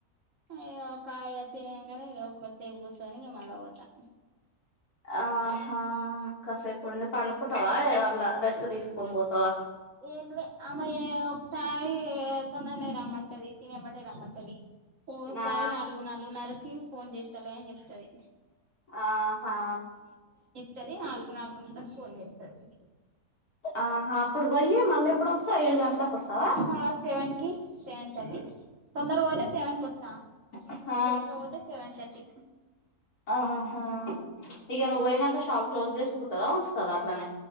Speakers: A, on the right; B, on the left.
A: అయ్యో కాయో తినంగానే ఒక్కసేపు కూసోని ఇగా మళ్ళా పోతాం
B: ఆహా కాసేపుండి పండుకుంటావా ఏయో అట్ల రెస్ట్ తీసుకొని బోతావా
A: ఏం లే అమె ఒక్సారి తొందర్నె రమ్మంటది తిని ఎమ్మటె రమ్మంటది ఓసారి
B: ఆ
A: నాలుగు నాలుగున్నరకి ఫోన్ చేస్తాల అని చెప్తది
B: ఆహా
A: తది నాలుగు నాలుగున్నారకి ఫోన్ చేస్తది
B: ఆహా అప్పుడు పోయి మళ్ళీ ఎప్పుడోస్తావ్ ఏడు గంటలకు వస్తవా
A: మళ్ళ సెవెన్ కి సెవెన్ థర్టీ తొందర వోతే సెవెన్కోస్తా
B: ఆ
A: లేట్ గా వోతే సెవెన్ థర్టీ
B: ఆహ్ ఇగ నువ్ పోయినంక షాప్ క్లోజ్ చేసుకుంటదా ఉంచుతదా అట్లనే